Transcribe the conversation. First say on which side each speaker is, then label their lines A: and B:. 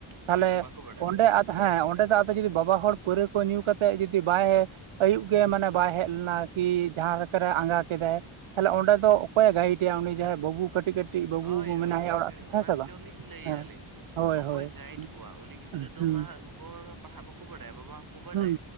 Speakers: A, on the right; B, on the right.
A: ᱛᱟᱦᱚᱞᱮ
B: ᱦᱳᱭ ᱦᱳᱭ ᱵᱟᱠᱚ ᱵᱟᱰᱟᱭᱟ
A: ᱚᱸᱰᱮ
B: ᱵᱟᱠᱚ ᱵᱟᱰᱟᱭᱟ
A: ᱟᱫᱚ ᱦᱮᱸ ᱚᱸᱰᱮ ᱫᱚ ᱟᱫᱚ ᱡᱩᱫᱤ ᱵᱟᱵᱟ ᱦᱚᱲ ᱯᱟᱹᱣᱨᱟᱹ ᱠᱚ ᱧᱩ ᱠᱟᱛᱮᱫ ᱡᱩᱫᱤ ᱵᱟᱭ ᱟᱭᱩᱵ ᱜᱮ ᱢᱟᱱᱮ ᱵᱟᱭ ᱦᱮᱡ ᱞᱮᱱᱟ ᱟᱨᱠᱤ ᱡᱟᱦᱟᱸ ᱞᱮᱠᱟᱨ ᱟᱸᱜᱟ ᱠᱮᱫᱟᱭ ᱛᱟᱦᱞᱮ ᱚᱸᱰᱮ ᱫᱚ ᱚᱠᱚᱭᱮ ᱜᱟᱭᱤᱴᱭᱟ ᱩᱱᱤ ᱡᱟᱦᱟᱸᱭ ᱵᱟᱹᱵᱩ ᱠᱟᱹᱴᱤᱡ ᱠᱟᱹᱴᱤᱡ ᱵᱟᱹᱵᱩ
B: ᱦᱳᱭ ᱦᱳᱭ
A: ᱢᱮᱱᱟᱭᱟ
B: ᱚᱱᱟ
A: ᱚᱲᱟᱜ ᱨᱮ ᱦᱮᱸ
B: ᱚᱱᱟ
A: ᱥᱮ
B: ᱜᱮᱪ
A: ᱵᱟᱝ
B: ᱞᱤᱧ ᱞᱟᱹᱭᱮᱫᱼᱟ
A: ᱦᱮᱸ
B: ᱞᱤᱧ
A: ᱦᱳᱭ
B: ᱚᱠᱚᱭ
A: ᱦᱳᱭ
B: ᱜᱟᱭᱤᱰ ᱠᱚᱣᱟ ᱩᱱᱤ ᱜᱤᱫᱽᱨᱟᱹ
A: ᱦᱩᱸ
B: ᱫᱚ
A: ᱦᱩᱸ
B: ᱢᱟ ᱜᱚᱜᱚ ᱦᱚᱲ ᱢᱟ ᱯᱟᱲᱦᱟᱜ ᱵᱟᱠᱚ ᱵᱟᱰᱟᱭᱟ ᱵᱟᱵᱟ ᱦᱚᱸᱠᱚ ᱵᱟᱰᱟᱭ
A: ᱦᱩᱸ